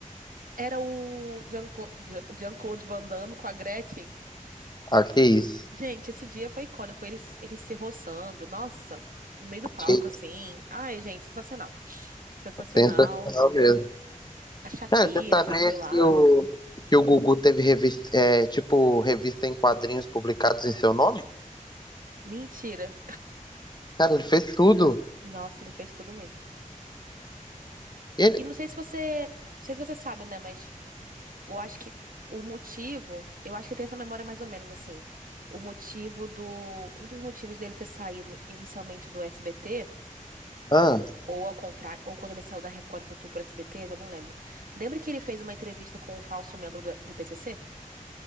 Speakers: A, on the right (about 85°); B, on the left (about 30°).
A: era o Jean-Cla- Jean- Jean-Claude Van Damme com a Gretchen.
B: Ah, que isso.
A: Gente, esse dia foi icônico, eles eles se roçando, nossa, no meio do palco
B: Que
A: assim. Ai, gente, sensacional. Sensacional.
B: sensacional mesmo.
A: A Shakira
B: Cara, você sabia
A: já foi
B: que
A: lá.
B: o, que o Gugu teve revista, é, tipo, revista em quadrinhos publicados em seu nome?
A: Mentira.
B: Cara, ele fez tudo.
A: Nossa, ele fez tudo mesmo.
B: Ele.
A: E não sei se você, não sei se você sabe, né, mas eu acho que o motivo, eu acho que tem essa memória mais ou menos assim. O motivo do, um dos motivos dele ter saído inicialmente do SBT,
B: Ah,
A: ou ao contrário, ou quando ele saiu da Record e voltou pro SBT, eu já não lembro. Lembra que ele fez uma entrevista com um falso membro do, do PCC?